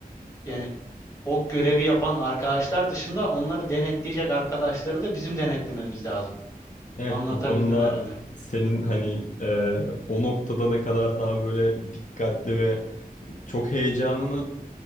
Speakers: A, on the left; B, on the left.
A: yani o görevi yapan arkadaşlar dışında onları denetleyecek arkadaşları da bizim denetlememiz lazım.
B: Evet
A: Anlatabildim
B: bu konuda
A: herhalde.
B: senin hani e, o noktada ne kadar daha böyle dikkatli ve çok heyecanını